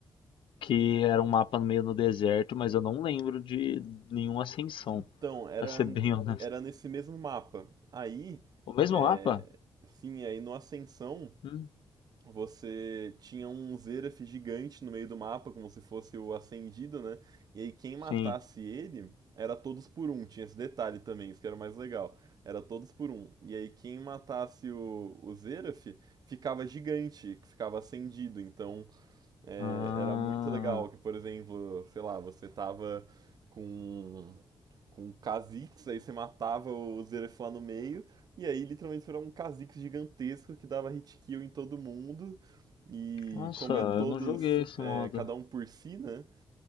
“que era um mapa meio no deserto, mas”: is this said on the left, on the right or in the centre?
Left